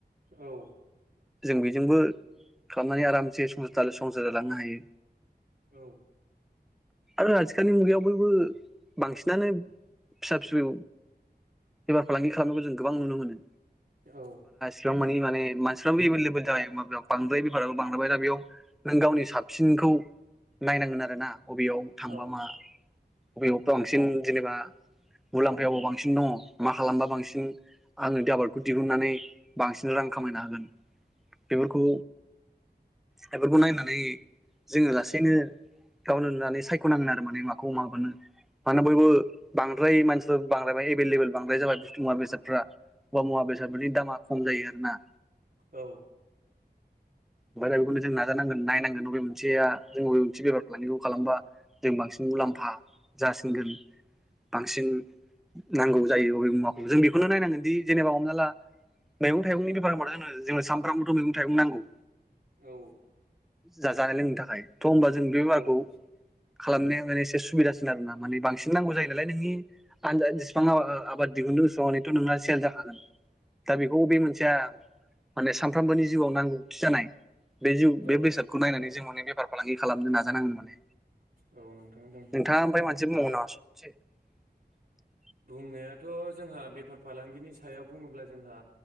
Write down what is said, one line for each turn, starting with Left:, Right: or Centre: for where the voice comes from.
Right: औ
Centre: जों बेजोंबो खालामनानै आरामसे <unintelligible> लांनो हायो
Right: औ
Centre: आरो आथिखालनि मुगायाव बयबो बांसिनानो फिसा फिसौ बेफार फालांगि खालामनायखौ जों गोबां नुनो मोनो।
Right: औ
Centre: बिबां मानि माने मानसिफ्राबो एभेलेबेल जायो बांद्राय बेफारो बांद्राय दा बेयाव नों गावनि साबसिनखौ नायनांगोन आरो ना। बबेयाव थांबा
Right: औ
Centre: मा बबेयावथ' बांसिन जेनेबा मुलाम्फायावबो बांसिन दङ मा खालामबा बांसिन आङो आबादखौ दिहुननानै बांसिन रां खामायना हागोन। बेफोरखौ बेफोरखौ नायनानै जोङो लासैनो गावनो नुनानै सायख'नांगोन आरो माने माखौ माबा बानो मानोना बयबो बांद्राय मानसिफ्रा बांद्राय एभलेबल बांद्राय जाबाय बुस्तु मुवा बेसादफ्रा <unintelligible> मुवा बेसार दामा खम जायो आरो ना?
Right: औ।
Centre: ओमफ्राय दा बेखौनो जों नाजानांगोन नायनांगोन बबे मोनसेया जों बबे मोनसे बेफार फालांगिखौ खालामबा जों बांसिन मुलाम्फा जासिनगोन बांसिन नांगौ जायो अबे मुवाखौ जों बेखौनो नायनांगोन दि जेनेबा हमना ला मैगं थाइगंनि बेफारा होनबाथाय जोंनो सामफ्रामबोथ' मैगं थाइगं नांगौ।
Right: औ।
Centre: जा-जानाय लोंनों थाखाय। थ' होनबा जों
Right: औ
Centre: बे मालखौ खालामनाया माने एसे सुबिदासिन आरो ना माने बांसिन नांगौ जायो नालाय नोंनि आनजाद जेसेबां आबाद दिहुनदों एसेबांनिथ' नोंना सेल जाखागोन। दा बेखौ बे मोनसेया माने सानफ्रोमबोनि जिउआव नांगौथि जानाय बे जिउ
Right: औ
Centre: बे बेसादखौ नायनानै जों माने बेफार फालांगि खालामनो नाजानांगोन माने।
Right: औ नोंथां दं
Centre: नोंथाङा ओमफ्राय मोनसे बुंबावगोन नामा? <unintelligible>
Right: बुंनायाथ' जोंहा बेफार फालांगिनि सायाव बुङोब्ला जोंहा